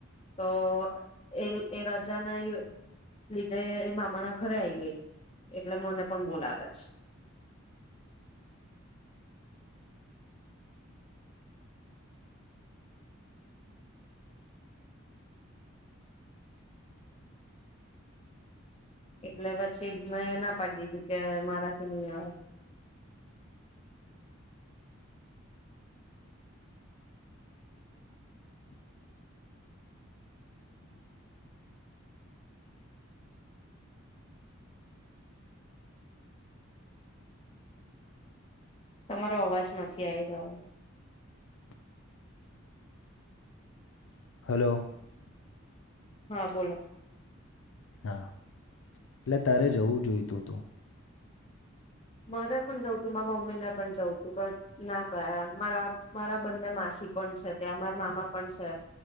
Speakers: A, on the left; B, on the left.
A: તો એ જાના ીધે એ મામાના ઘરે આવીઈ, ગઈ એટલે મને પણ બોલાવે છે. એટલે બ છી મે ના પાડી દીધી કે મારાથી ની અવાય. તમારો અવાજ નથી આય <unintelligible>
B: <unintelligible>
A: હા બોલો
B: હા <unintelligible> ત્યારે જવું જોઈતું હતું.
A: મારે પણ જવું તું. મારા મમ્મીને પણ જવું તું. પણ ના ગયા, મારા મારા બંને માસી પણ છે ત્યાં. મારા મામા પણ છે,